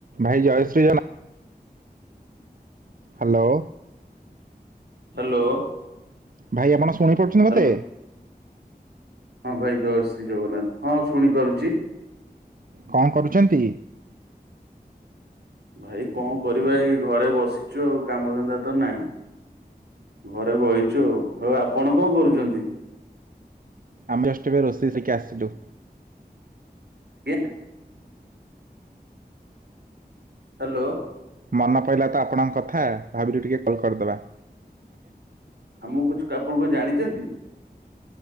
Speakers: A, on the right (about 55°); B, on the right (about 85°).
A: ଭାଇ ଜୟ ଶ୍ରୀ ଜଗନ୍ନା ହ୍ୟାଲୋ।
B: ହ୍ୟାଲୋ।
A: ଭାଇ ଆପଣ ଶୁଣିପାରୁଛନ୍ତି
B: ହ୍ୟାଲୋ
A: ମୋତେ?
B: ହଁ ଭାଇ ଜୟ ଶ୍ରୀ ଜଗନ୍ନାଥ ହଁ ଶୁଣିପାରୁଛି।
A: କଣ କରୁଛନ୍ତି?
B: ଭାଇ କଣ କରିବା ଏଇ ଘରେ ବସିଛୁ ଆଉ କାମ ଧନ୍ଦା ତ ନାହିଁ। ଘରେ ବଇଛୁ ଆଉ, ଆଉ ଆପଣ କଣ କରୁଛନ୍ତି?
A: ଆମେ ଜଷ୍ଟ ଏବେ ରୋଷେଇ ସିକି ଆସିଲୁ।
B: ଆଜ୍ଞା। ହେଲୋ।
A: ମନ ପଇଲା ତ ଆପଣଙ୍କ କଥା ଭାବିଲୁ ଟିକେ କଲ୍ କରିଦବା।
B: ଆମକୁ <unintelligible> ଆପଣ କଣ ଜାଣିଛନ୍ତି?